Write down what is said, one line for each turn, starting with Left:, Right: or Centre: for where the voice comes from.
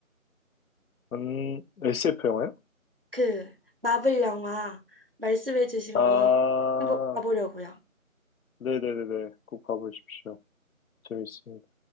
Left: 음, SF 영화요?
Right: 그 마블 영화 말씀해주신
Left: 아,
Right: 거 한번 봐보려고요.
Left: 네네네네. 꼭 봐보십시오. 재밌습니다.